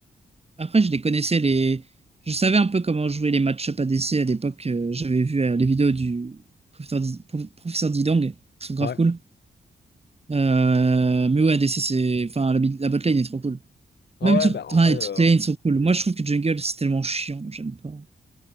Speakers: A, on the right; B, on the left.
A: Après, je les connaissais les. Je savais un peu comment jouer les match-up ADC à l'époque. euh, j'avais vu euh, les vidéos du professeur, Di- Pro- professeur Didong, qui sont grave
B: Ouais.
A: cool. Euh, Mais ouais, ADC, c'est. Enfin, la, mid- la bot lane est trop cool.
B: Ah
A: Même
B: Ouais,
A: tout-
B: bah en
A: ouais,
B: vrai. euh,
A: toutes les lanes sont cool. Moi, je trouve que jungle, c'est tellement chiant. J'aime pas.